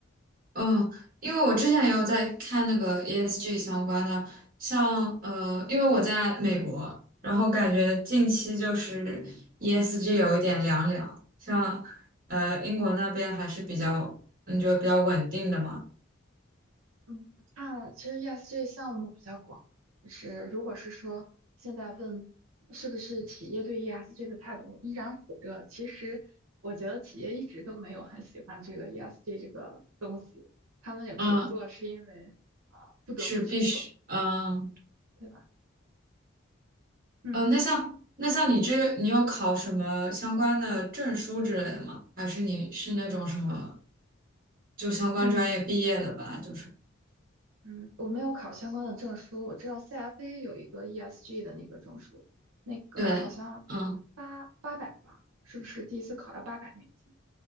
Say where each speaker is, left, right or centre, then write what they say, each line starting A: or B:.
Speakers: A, on the right (about 45°); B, on the right (about 85°).
A: 嗯，因为我之前也有在看那个 ESG 相关的，像呃，因为我在美国，然后感觉近期就是
B: 嗯。
A: ESG 有一点凉凉，像呃英国那边还是比较，你觉得比较稳定的嘛？
B: 嗯，看，其实 ESG 项目比较广，就是如果是说现在问是不是企业对 ESG 的态度依然火热，其实我觉得企业一直都没有很喜欢这个 ESG 这个东西，他们有时候做是因为啊、
A: 嗯，
B: 不得不去做，
A: 是必须，嗯。
B: 对吧？嗯
A: 呃，那像那像你这，你有考什么相关的证书之类的吗？还是你是那种什么就相关专业毕业的吧？
B: 嗯
A: 就是
B: 嗯，我没有考相关的证书，我知道 CFA 有一个 ESG 的那个证书，那个好像八八百吧，
A: 对，嗯，
B: 是不是第一次考要八百美金？